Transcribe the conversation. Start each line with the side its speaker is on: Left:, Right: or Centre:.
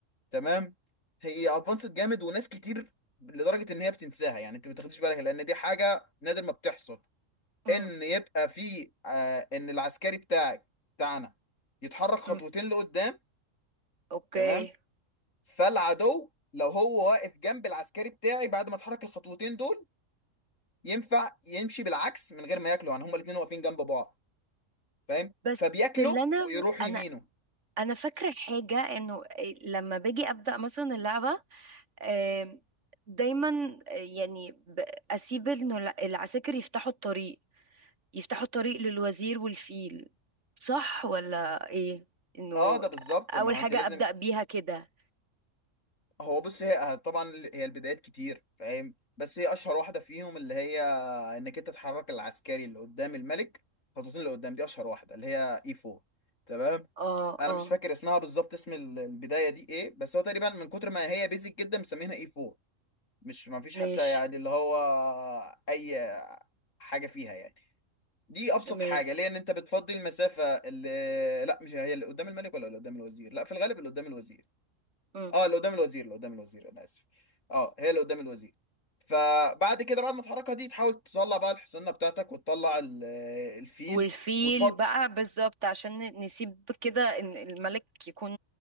Left: تمام هي ادفانسد جامد وناس كتير لدرجه ان هي بتنساها يعني انت ما بتاخديش بالك لان دي حاجه نادر ما بتحصل
Right: أمم،
Left: ان يبقى في آه ان العسكري بتاعك بتاعنا يتحرك خطوتين
Right: أمم.
Left: لقدام
Right: اوكي
Left: تمام فالعدو لو هو واقف جنب العسكري بتاعي بعد ما اتحرك الخطوتين دول ينفع يمشي بالعكس من غير ما ياكله يعني هما الاثنين واقفين جنب بعض فاهم
Right: بس
Left: فبياكله
Right: اللي انا
Left: ويروح يمينه
Right: انا انا فاكره حاجه انه إيه، لما باجي ابدا مثلا اللعبه آم، دايما آه، يعني ب- اسيب انه الع- العساكر يفتحوا الطريق يفتحوا الطريق للوزير والفيل صح ولا ايه انه
Left: اه ده بالظبط
Right: اول
Left: ما هو
Right: حاجة
Left: انت لازم
Right: ابدأ بيها كده
Left: هو بص هي آه، طبعا هي البدايات كتير فاهم بس هي اشهر واحده فيهم اللي هي انك انت تحرك العسكري اللي قدام الملك خطوتين لقدام دي اشهر واحده اللي هي اي 4 تمام
Right: اه
Left: انا
Right: اه
Left: مش فاكر اسمها بالظبط اسم ال- البدايه دي ايه بس هو تقريبا من كتر ما هي بيزك جدا مسمينها اي 4 مش ما فيش
Right: ماشي
Left: حتى يعني اللي هو اي حاجه فيها يعني دي ابسط
Right: ماشي
Left: حاجه ليه ان انت بتفضي المسافه اللي لا مش هي اللي قدام الملك ولا اللي قدام الوزير لا في الغالب اللي قدام الوزير
Right: مم.
Left: اه اللي قدام الوزير اللي قدام الوزير انا اسف اه هي اللي قدام الوزير فبعد كده بعد ما تحركها دي تحاول تطلع بقى الحصانه بتاعتك وتطلع ال- آه، الفيل
Right: والفيل
Left: وتفض
Right: بقى بالظبط عشان نسيب كده ان الملك يكون